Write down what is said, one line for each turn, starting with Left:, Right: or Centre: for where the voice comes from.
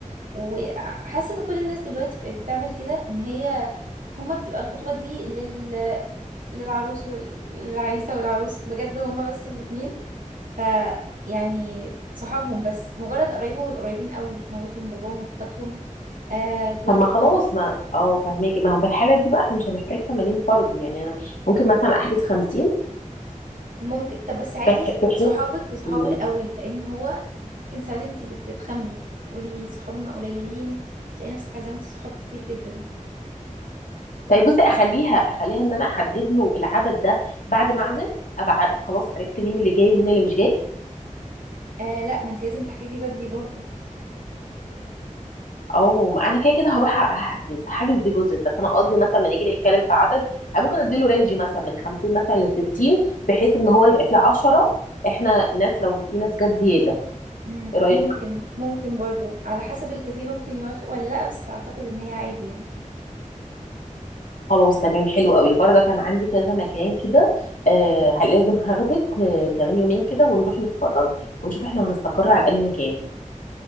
Right: وحاسة ان كل الناس دلوقتي بقت بتعمل كده ان هي هما بتبقى الخطوبة دي لل للعروس والعريسة والعروس بجد هما بس الاتنين ف يعني صحابهم بس مجرد قرايبهم القريبين قوي مامتهم باباهم اخواتهم آه جواز
Left: طب ما
Right: اخواتهم
Left: خلاص ما اه فهماكي ما هو في الحاله دي بقى احنا مش هنحتاج 80 فرد يعني انا ممكن مثلا احجز 50
Right: ممكن طب بس عدي
Left: بح- بحيث
Right: صحابك وصحابه
Left: قولي
Right: الأول لأن هو ممكن ساعات انت بتتخمي تقولي صحابنا قليلين تلاقي نفسك عزمتي صحاب كتير جدا
Left: طيب بصي اخليها اخليها ان انا احدد له العدد ده بعد ما اعزم ابقى ع- خلاص عرفت مين اللي جاي ومين اللي مش جاي
Right: آه لا ما انت لازم تحجزي بدري برضو
Left: او ما انا كده كده هروح أ- هحجز حاجز ديبوزيت بس انا قصدي مثلا ما نيجي نتكلم في عدد أنا ممكن اديله رينج مثلا من 50 مثلا ل 60 بحيث ان هو يبقى فيه 10 احنا ناس لو في ناس جت زياده
Right: مم.
Left: ايه رايك
Right: ممكن ممكن برضو على حسب الكافيه ممكن يوافق ولا لا بس أعتقد إن هي عادي يعني
Left: خلاص تمام حلو قوي برضه كان عندي كذا مكان كده آه ه- لازم هاخدك آه كمان يومين كده ونروح نتفرج ونشوف احنا هنستقر على انهي مكان